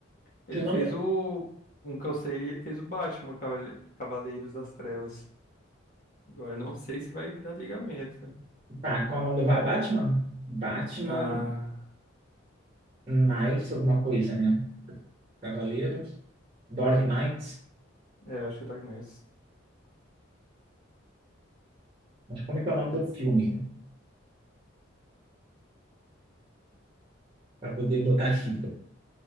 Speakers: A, on the left; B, on the right.
A: Ele
B: Seu nome.
A: fez o. Um que eu sei, ele fez o Batman, Cavale- Cavaleiros das Trevas. Agora, eu não sei se vai dar ligamento.
B: Tá, qual é o nome do Ba- Batman? Batman
A: Ah,
B: Knight, alguma coisa, né? Cavaleiro. Dark Knight.
A: é, acho que é Dark Knight.
B: Mas como é que é o nome do filme? Pra poder botar aqui.